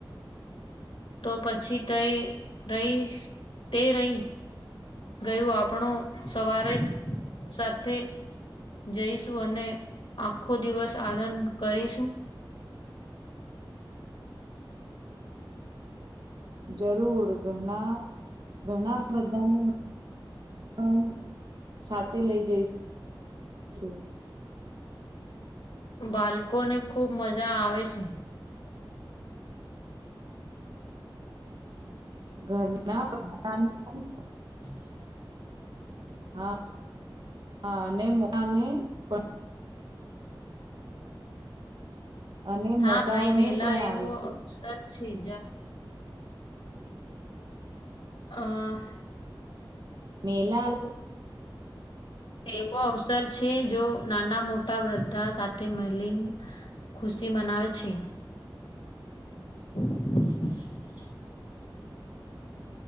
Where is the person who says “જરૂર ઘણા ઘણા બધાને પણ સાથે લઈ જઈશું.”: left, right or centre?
Right